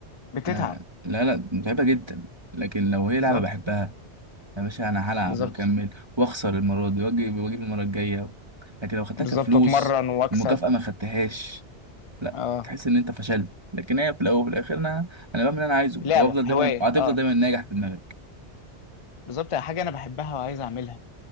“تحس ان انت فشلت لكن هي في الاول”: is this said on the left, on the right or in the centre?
Right